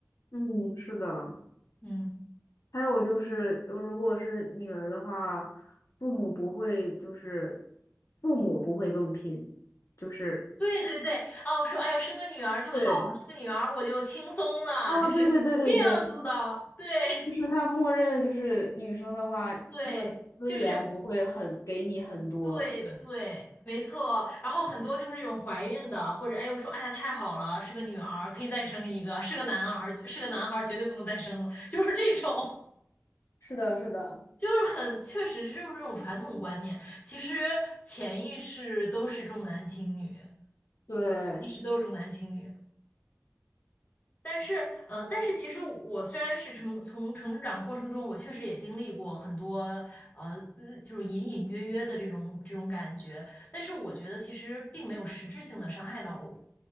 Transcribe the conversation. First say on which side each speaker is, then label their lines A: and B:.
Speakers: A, on the left; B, on the left.
A: 嗯，是的。
B: 嗯。
A: 还有就是，有如果是女儿的话，父母不会就是父母不会更拼，就是
B: 对对对，哦，我说，哎呦，生个女儿就好了，
A: 对，
B: 生个女儿我就轻松了，
A: 哦，
B: 就是这样子的，
A: 对对对对对，
B: 对
A: 就是他默认就是女生的话，
B: <laughs> 对，
A: 她的资源不会很给你很多。
B: 就是对对，
A: 对，
B: 没错。然后很多就是那种怀孕的，或者哎呦说，哎呀太好了，是个女儿，可以再生一个，是个男孩儿，是个男孩儿，绝对不能再生了，就是这种，
A: 是的，是的，
B: <laughs> 就是很确实是就是这种传统观念，其实潜意识都是重男轻女，
A: 对，
B: 意识都是重男轻女。但是，呃，但是其实我虽然是成从成长过程中，我确实也经历过很多，呃，嗯就是隐隐约约的这种这种感觉，但是我觉得其实并没有实质性的伤害到我，